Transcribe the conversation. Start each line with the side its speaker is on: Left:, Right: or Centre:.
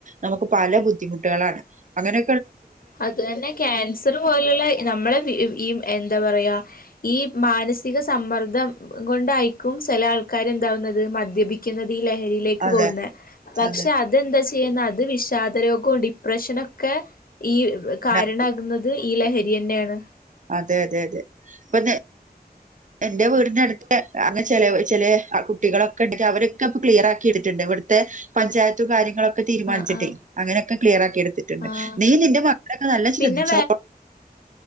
Right: നമുക്ക് പല ബുദ്ധിമുട്ടും കുട്ട അങ്ങനെ
Left: അത്തന്നെ ക്യാൻസർ പോലുള്ള നമ്മളെ ഈ എന്താ പറയാ ഈ മാനസിക സമ്മർദ്ദം കൊണ്ടായിരിക്കും ചില ആൾക്കാർ എന്താവുന്നത് മദ്യപിക്കുന്നത് ലഹരിയിലേക്ക്
Right: അതെ
Left: പോകുന്ന പക്ഷെ
Right: അതെ
Left: അതെന്താ ചെയ്യുന്നത് അത് വിഷാദ രോഗവും ഡിപ്രഷനൊക്കെ ഈ കാരണമാകുന്നത്
Right: ഉണ്ടാക്കും
Left: ഈലഹരിയന്റെ ആാണ്
Right: അതെ അതെ അതെ ഇപ്പൊ എന്റെ വീടിനടുത്ത് ച ചില കുട്ടികളൊക്കെ ഉണ്ടെങ്കിൽ അവരൊക്കെ ഇപ്പ ക്ലിയർ ആക്കി ഇടുട്ടുണ്ട് ഇവിടുത്തെ പഞ്ചായത്തും കാര്യങ്ങളൊക്കെ െ തീരുമാനിച്ചിട്ടേ
Left: ആഹ് ആഹ്
Right: അങ്ങനെയൊക്കെ ക്ലിയർ ആക്കി എടുത്തിട്ടുണ്ട്
Left: ആഹ്
Right: നീ നിന്റെ മകളൊക്കെ നല്ല ശ്രദ്ധിച്ചോ
Left: പിന്നെ